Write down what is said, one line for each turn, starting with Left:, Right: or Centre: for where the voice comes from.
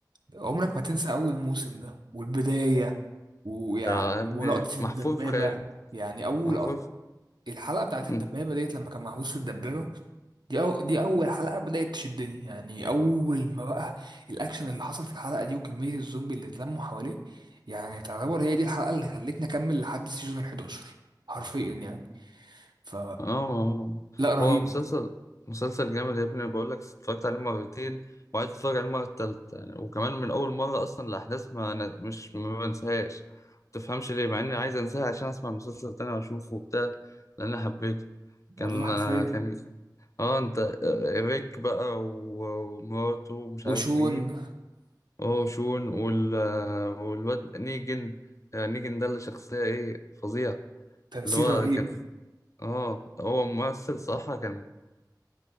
Right: عمرك ما تنسى اول موسم ده والبدايه ويعني
Left: ده يا ابني
Right: ولقطه
Left: محفور
Right: الدبابه
Left: في خيال
Right: يعني اول
Left: محفور
Right: أ-
Left: في...
Right: الحلقه بتاعت
Left: مم.
Right: الدبابه ديت لما كان محبوس في الدبابه دي أو دي أول حلقة بدأت تشدني يعني أول ما بقى الأكشن اللي حصل في الحلقة دي وكمية الزومبي اللي اتلموا حواليه يعني تعتبر هي دي الحلقة اللي خلتني أكمل لحد السيزون ال 11 حرفيا يعني ف
Left: اه آه.
Right: لا رهيب
Left: هو مسلسل مسلسل جامد يا ابني بقول لك اتفرجت عليه مرتين وعايز اتفرج عليه المره التالتة يعني وكمان من اول مره اصلا الاحداث ما أنا مش ما بنساهاش ما تفهمش ليه مع اني عايز انساها عشان اسمع المسلسل تاني واشوفه وبتاع لان أنا حبيته
Right: والله
Left: كان
Right: حرفيا
Left: كان اه انت آه، ريك بقى و- ومراته ومش
Right: وشون
Left: عارف مين هو وشون وال آه، والواد نيجن آه، نيجن ده اللي شخصية ايه فظيع
Right: تمثيل
Left: اللي هو
Right: رهيب
Left: كان اه هو ممثل صراحة كان